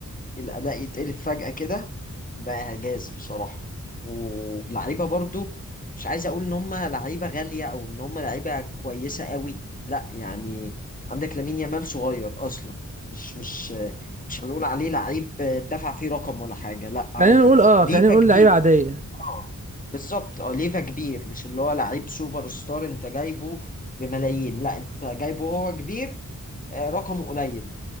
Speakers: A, on the left (about 25°); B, on the right (about 25°).
A: الاداء يتقلب فجأة كده ده إعجاز بصراحة ولعيبة برضو مش عايز أقول إن هم لعيبة غالية أو إن هم لعيبة كويسة قوي لا يعني عندك لامين يامال صغير أصلا مش مش مش هنقول عليه لعيب دفع فيه رقم ولا حاجة لا عادي
B: خلينا نقول اه
A: ليفا
B: خلينا نقول
A: كبير
B: لعيبة عادية
A: اه بالظبط اه ليفا كبير مش اللي هو لعيب سوبر ستار انت جايبه بملايين لا انت جايبه وهو كبير آه، رقمه قليل